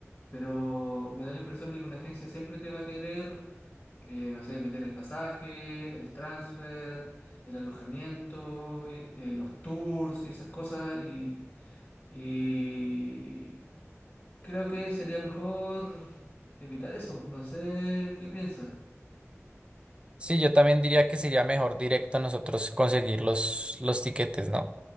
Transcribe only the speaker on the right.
Sí, yo también diría que sería mejor directo nosotros conseguir los, los tiquetes, ¿no?